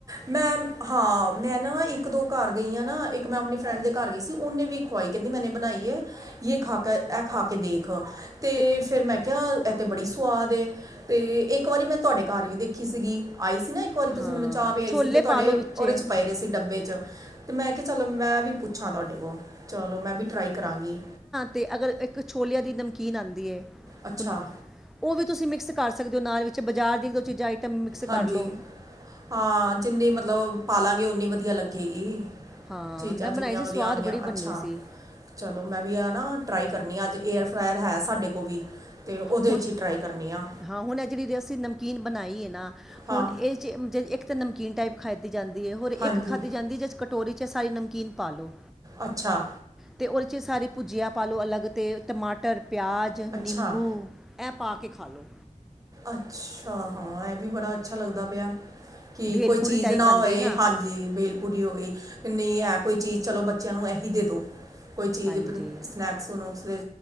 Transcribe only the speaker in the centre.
ਅਤੇ
ਹਾਂ
ਛੋਲੇ
ਪਾ ਲਓ ਵਿੱਚ
ਤੇ ਅਗਰ ਇੱਕ ਛੋਲਿਆਂ ਦੀ ਨਮਕੀਨ ਆਂਦੀ ਏ
ਹੁਨ ਓ ਵੀ ਤੁਸੀਂ ਮਿਕਸ ਕਰ ਸਕਦੇ ਓ ਨਾਲ ਵਿੱਚ ਬਜ਼ਾਰ ਦੀਆਂ ਇੱਕ-ਦੋ ਚੀਜ਼ ਆਈਟਮ ਮਿਕਸ
ਕਰ ਲਓ
ਹਾਂ
ਮੈਂ
ਬਣਾਈ ਸੀ
ਸਵਾਦ
ਬੜੀ ਬੰਨੀ
ਸੀ
ਹੁਣ
ਹਾਂ ਹੁਨ ਐ ਜੇੜੀ ਅਸੀਂ ਨਮਕੀਨ ਬਨਾਈ ਏ ਨਾ
ਹੁਨ ਏਹ 'ਚੇ ਜੇ ਇੱਕ ਤਾਂ ਨਮਕੀਨ ਟਾਈਪ ਖਾਦੀ ਜਾਂਦੀ ਏ ਹੋਰ ਇੱਕ
ਖਾਧੀ ਜਾਂਦੀ ਏ ਜਿਸ 'ਚ ਕਟੋਰੀ 'ਚ ਐ ਸਾਰੀ ਨਮਕੀਨ ਪਾ ਲੋੋ।
ਤੇ ਓਦੇ 'ਚ ਸਾਰੀ ਭੁਜੀਆ ਪਾ ਲੋ ਅਲੱਗ ਤੇ ਟਮਾਟਰ, ਪਿਆਜ਼, ਨਿੰਬੂ
ਐਂ ਪਾ ਕੇ ਖਾ ਲੋ।
ਭੇਲਪੂਰੀ
ਟਾਈਪ
ਬਣ
ਗਈ
ਹਾਂਜੀ